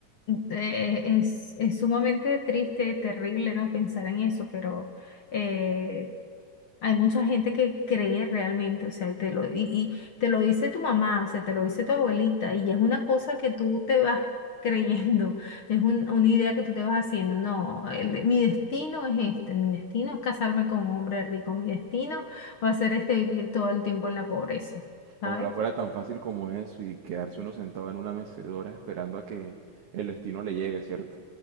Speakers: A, on the left (about 50°); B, on the right (about 55°).
A: eh, es, es sumamente triste, terrible, ¿no? Pensar en eso, pero eh, hay mucha gente que cree realmente, o sea, y te lo, y, y te lo dice tu mamá, o sea, te lo dice tu abuelita, y es una cosa que tú te vas <laughs> creyendo, es un- una idea que tú te vas haciendo, no, el- mi destino es este, mi destino es casarme con un hombre rico, mi destino va a ser este vivir todo el tiempo en la pobreza, ¿sabes?
B: Ojalá fuera tan fácil como eso y quedarse uno sentado en una mecedora esperando a que el destino le llegue, ¿cierto?